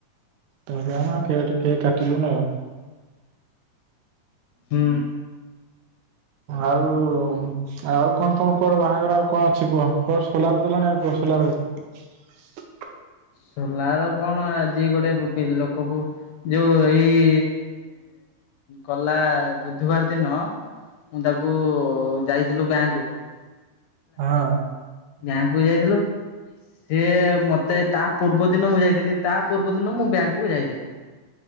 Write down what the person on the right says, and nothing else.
ତାପ ଆମ କେକ୍ କେକ୍ କାଟିଲୁ ନା ଆଉ
ଆଉ ଆଉ କଣ ତଣ କୋଡ଼ ବାହାଘର ଆଉ କଣ ଅଛି କୁହ କୋ ସୋଲାର ଦେଲଣି ଆଉ <unintelligible>
ହଁ।